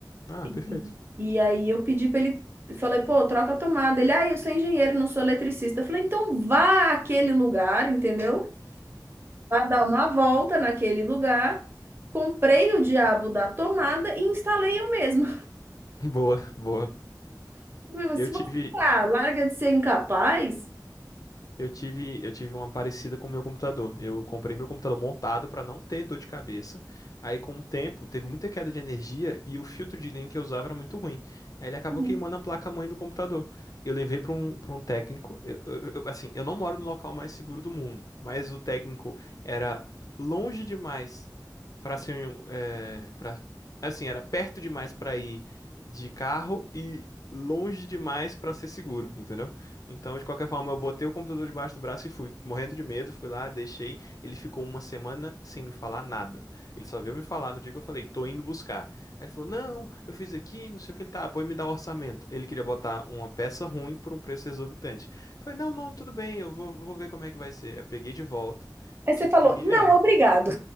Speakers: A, on the left; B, on the right.
A: Ah,
B: E,
A: perfeito.
B: e aí eu pedi para ele, falei, pô, troca a tomada. Ele, ah, eu sou engenheiro, não sou eletricista. Eu falei, então vá àquele lugar, entendeu? Vá dar uma volta naquele lugar. Comprei o diabo da tomada e instalei eu mesma.
A: <laughs> Boa, boa.
B: <laughs> Se
A: Eu tive,
B: você ah, larga de ser incapaz.
A: Eu tive, eu tive uma parecida com o meu computador. Eu comprei meu computador montado para não ter dor de cabeça. Aí, com o tempo, teve muita queda de energia e o filtro de linha que eu usava era muito ruim. Aí ele acabou
B: Uhum.
A: queimando a placa-mãe do computador. Eu levei para um, para um técnico. Eu, eu- eu- assim, eu não moro no local mais seguro do mundo, mas o técnico era longe demais Pra assim, um, é, pra, assim, era perto demais pra ir de carro e longe demais pra ser seguro, entendeu? Então, de qualquer forma, eu botei o computador debaixo do braço e fui, morrendo de medo, fui lá, deixei. Ele ficou uma semana sem me falar nada. Ele só veio me falar no dia que eu falei, tô indo buscar. Aí ele falou, não, eu fiz aqui, não sei o que ele tá, pô, me dá o orçamento. Ele queria botar uma peça ruim por um preço exorbitante. Eu falei, não, não, tudo bem, eu vou, vou ver como é que vai ser. Eu peguei de volta
B: Aí
A: e tive
B: você falou,
A: que me
B: não,
A: virar.
B: obrigado.